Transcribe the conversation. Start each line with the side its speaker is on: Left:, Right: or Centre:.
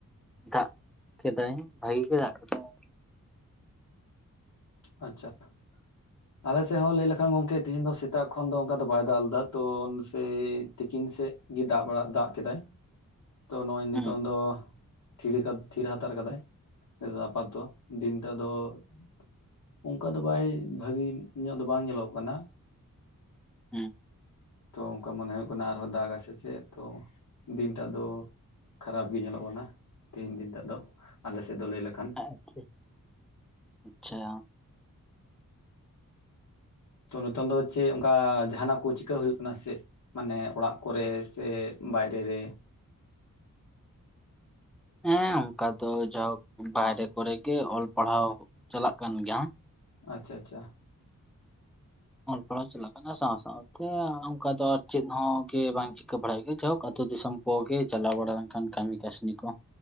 Centre: ᱫᱟᱜ ᱠᱮᱫᱟᱭ ᱵᱷᱟᱜᱤ ᱜᱮ ᱫᱟᱜ ᱠᱮᱫᱟᱭ ᱾
Left: ᱟᱪᱪᱷᱟ ᱾ ᱟᱞᱮ ᱥᱮᱫ ᱦᱚᱸ ᱞᱟᱹᱭ ᱞᱮᱠᱷᱟᱱ ᱜᱚᱢᱠᱮ ᱛᱮᱦᱮᱧ ᱫᱚ ᱥᱮᱛᱟᱜ ᱠᱷᱚᱱ ᱫᱚ ᱚᱱᱠᱟ ᱫᱚ ᱵᱟᱭ ᱫᱟᱜ ᱞᱮᱫᱟ ᱛᱚ ᱥᱮᱭᱭ ᱛᱤᱠᱤᱱ ᱥᱮᱫ ᱜᱮ ᱫᱟᱜ ᱵᱟᱲᱟ ᱫᱟᱜ ᱠᱮᱫᱟᱭ <inaudible> ᱛᱚ ᱱᱚᱜᱼᱚᱭ ᱱᱤᱛᱚᱝ
Centre: ᱦᱮᱸ
Left: ᱫᱚ <inaudible> ᱛᱷᱤᱨ <unintelligible> ᱛᱷᱤᱨ ᱦᱟᱛᱟᱲ ᱠᱟᱫᱟᱭ <inaudible> ᱟᱯᱟᱛ ᱛᱚ ᱫᱤᱱᱴᱟ ᱫᱚ <inaudible> ᱚᱱᱠᱟ ᱫᱚ ᱵᱟᱭ ᱵᱷᱟᱜᱤ ᱧᱚᱜ ᱫᱚ ᱵᱟᱝ ᱧᱮᱞᱚᱜ ᱠᱟᱱᱟ ᱾
Centre: ᱦᱩᱸ
Left: ᱛᱚ ᱚᱝᱠᱟ ᱢᱚᱱᱮ ᱦᱩᱭᱩᱜ ᱠᱟᱱᱟ ᱟᱨᱦᱚᱸ ᱫᱟᱜᱟᱭ ᱥᱮ ᱪᱮᱫ ᱛᱚ ᱫᱤᱱᱴᱟ ᱫᱚ ᱠᱷᱟᱨᱟᱯ ᱜᱮ ᱧᱮᱞᱚᱜ ᱠᱟᱱᱟ ᱛᱮᱦᱮᱧ ᱫᱤᱱ ᱴᱟᱹᱜ ᱫᱚ ᱟᱞᱮ ᱥᱮᱫ ᱫᱚ ᱞᱟᱹᱭ ᱞᱮᱠᱷᱟᱱ
Centre: ᱦᱮᱸ ᱴᱷᱤᱠ ᱟᱪᱪᱷᱟ
Left: ᱛᱚ ᱱᱤᱛᱚᱝ ᱫᱚ ᱪᱮᱫ ᱚᱝᱠᱟ ᱡᱟᱦᱟᱱᱟᱜ ᱠᱚ ᱪᱤᱠᱟᱹ ᱦᱩᱭᱩᱜ ᱠᱟᱱᱟ ᱥᱮ ᱪᱮᱫ ᱢᱟᱱᱮ ᱚᱲᱟᱜ ᱠᱚᱨᱮ ᱥᱮ ᱵᱟᱭᱨᱮ ᱨᱮ
Centre: ᱦᱮᱸ ᱚᱝᱠᱟ ᱫᱚ ᱡᱟᱭᱦᱳᱠ ᱵᱟᱦᱨᱮ ᱠᱚᱨᱮᱜᱮ ᱚᱞ ᱯᱟᱲᱦᱟᱣ ᱪᱟᱞᱟᱜ ᱠᱟᱱ ᱜᱮᱭᱟ
Left: ᱟᱪᱪᱷᱟ ᱟᱪᱪᱷᱟ
Centre: ᱚᱞ ᱯᱟᱲᱦᱟᱣ ᱪᱟᱞᱟᱜ ᱠᱟᱱᱟ ᱥᱟᱶ ᱥᱟᱶᱛᱮ ᱚᱱᱠᱟ ᱫᱚ ᱟᱨ ᱪᱮᱫ ᱦᱚᱸᱜᱮ ᱵᱟᱝ ᱪᱤᱠᱟᱹ ᱵᱟᱲᱟᱭ ᱜᱮᱭᱟ ᱡᱟᱭᱦᱳᱠ ᱟᱹᱛᱳ ᱫᱤᱥᱚᱢ ᱠᱚᱜᱮ ᱪᱟᱞᱟᱣ ᱵᱟᱲᱟ ᱞᱮᱱᱠᱷᱟᱱ ᱠᱟᱹᱢᱤ ᱠᱟᱹᱥᱱᱤ ᱠᱚ